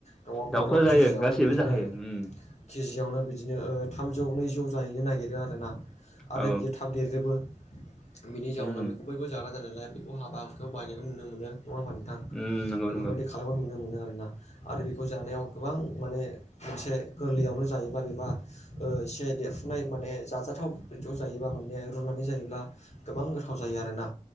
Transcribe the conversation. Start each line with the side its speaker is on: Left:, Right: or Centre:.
Left: दाउआबोथ'
Centre: दाउखौ जायो
Left: केजियावनो
Centre: गासैबो
Left: बिदिनो
Centre: जाखायो उम
Left: केजियावनो बिदिनो ओ थामजौ नैजौ जाहैनो नागिरो आरो ना आरो
Centre: औ
Left: बियो था थाब देरजोबो बिनि जाउनाव
Centre: उम
Left: बेखौ बयबो जाग्रा जानायलाय बे हाबा बायनायखौ नुनो मोनो नङा ओमबा नोंथां
Centre: उम नंगौ
Left: बेफोरबायदि
Centre: नंगौ
Left: खालामनाय नुनो मोनो आरोना। आरो बेखौ जानायाव गोबां माने मोनसे गोरलैयावनो जायोबा बेबा ओ एसे देरफुनाय माने जाजाथाव ज' जायोबा माने रुनानै जायोब्ला गोबां गोथाव जायो आरोना